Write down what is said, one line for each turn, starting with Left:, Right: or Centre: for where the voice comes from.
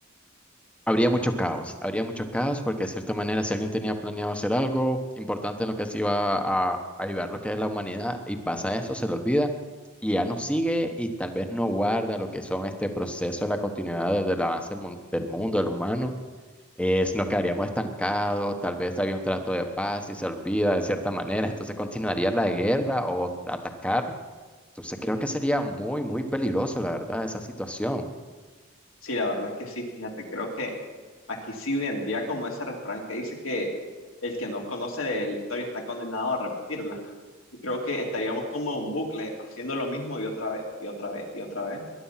Centre: Habría mucho caos, habría mucho caos porque de cierta manera si alguien tenía planeado hacer algo importante en lo que se iba a, a ayudar lo que es la humanidad y pasa eso, se le olvida y ya no sigue y tal vez no guarda lo que son este proceso de la continuidad de- del avance mun- del mundo, del humano, es, nos quedaríamos estancados, tal vez había un trato de paz y se olvida de cierta manera, entonces continuaría la guerra o atacar. Entonces creo que sería muy, muy peligroso, la verdad, esa situación.
Left: Sí, la verdad es que sí, fíjate, creo que aquí sí vendría como ese refrán que dice que el que no conoce de la historia está condenado a repetirla. Y creo que estaríamos como en un bucle haciendo lo mismo y otra vez, y otra vez, y otra vez.